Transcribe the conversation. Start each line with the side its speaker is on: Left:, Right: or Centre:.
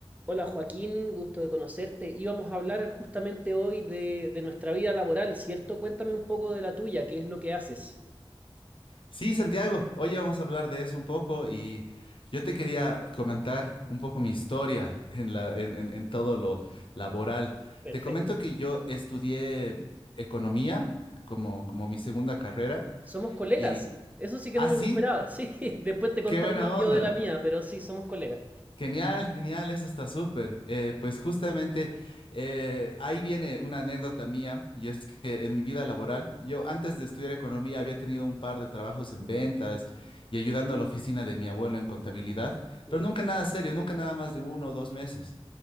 Right: Hola Joaquín, gusto de conocerte. Íbamos a hablar justamente hoy de, de nuestra vida laboral, ¿cierto? Cuéntame un poco de la tuya, ¿qué es lo que haces?
Left: Sí, Santiago, hoy vamos a hablar de eso un poco y yo te quería comentar un poco mi historia en la, en, en- en todo lo laboral.
Right: Perfecto.
Left: Te comento que yo estudié economía como, como mi segunda carrera
Right: Somos colegas,
Left: y
Right: eso sí que
Left: así,
Right: no me lo esperaba, sí. <laughs> Después te contaré
Left: qué buena
Right: más
Left: onda.
Right: yo de la mía, pero sí, somos colegas.
Left: Genial, genial, eso está súper. Eh, pues justamente eh, ahí viene una anécdota mía y es que en mi vida laboral, yo antes de estudiar economía había tenido un par de trabajos en ventas y ayudando a la oficina de mi abuelo en contabilidad,
Right: Ujú.
Left: pero nunca nada serio, nunca nada más de uno o dos meses.